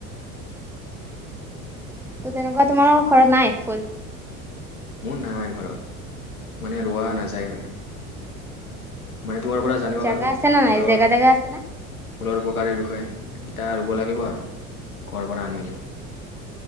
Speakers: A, in the centre; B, on the left.
A: ত' তেনেকুৱা তোমাৰ ঘৰত নাই, ফুল?
B: মোৰ নাই ঘৰত, মানে ৰোৱা নাযায় মানে। মানে তোমাৰ পৰা জানিব
A: জেগা
B: পালো,
A: আছে নে নাই
B: ফুলৰ
A: জেগা
B: ফুলৰ
A: জেগা আছে না
B: উপকাৰীৰ বিষয়ে, এতিয়া ৰুব লাগিব আৰু, ক'বাৰ পৰা আনি হ'লেও।